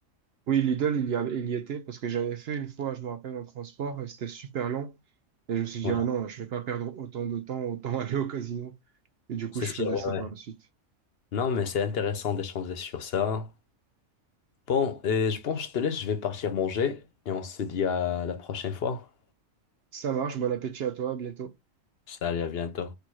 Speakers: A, on the right (about 55°); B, on the left (about 55°).
A: Oui, Lidl, il y avait, il y était, parce que j'avais fait une fois, je me rappelle, en transport, et c'était super long. Et je me suis dit,
B: Ouais,
A: ah non, je vais pas perdre autant de temps, autant <laughs> aller au casino. Et du coup,
B: c'est
A: je
B: sûr,
A: faisais
B: ouais,
A: ça
B: ouais.
A: par la suite.
B: Non, mais c'est intéressant d'échanger sur ça. Bon, et je pense que je te laisse, je vais partir manger et on se dit à la prochaine fois.
A: Ça marche, bon appétit à toi, à bientôt.
B: Salut, à bientôt.